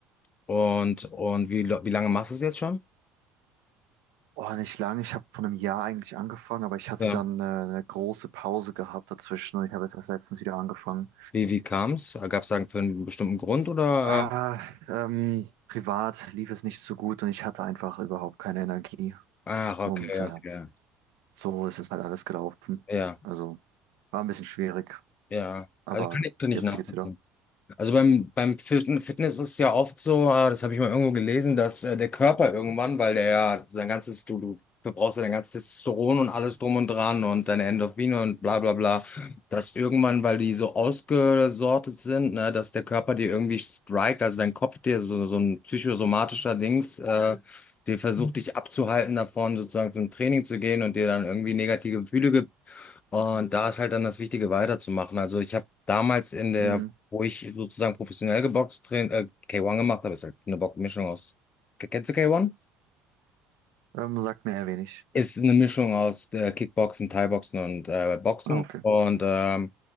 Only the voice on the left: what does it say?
und und wie, lo- wie lange machst du es jetzt schon?
Ja.
Wie, wie kam es? Gab es sagen für einen bestimmten Grund oder?
Äh,
ach, okay,
okay.
Ja,
ja.
Also kann ich, kann ich
nachvollziehen.
Also beim, beim Fit- Fitness ist es ja oft so, äh, das habe ich mal irgendwo gelesen, dass äh, der Körper irgendwann, weil der ja sein ganzes, du, du verbrauchst ja dein ganzes Testosteron und alles drum und dran und deine Endorphine und bla bla bla, dass irgendwann, weil die so ausgesortet sind, ne, dass der Körper dir irgendwie strikt, also dein Kopf dir so, so ein psychosomatischer Dings, äh, der versucht dich abzuhalten davon, sozusagen zum Training zu gehen und dir dann irgendwie negative Gefühle und da ist halt dann das Wichtige weiterzumachen. Also ich habe damals in der,
wo ich sozusagen professionell geboxt, train- äh, K1 gemacht habe, ist halt eine Bo- Mischung aus, kennst du K1?
Ist eine Mischung aus äh, Kickboxen, Thai-Boxen und äh, Boxen.
Und ähm,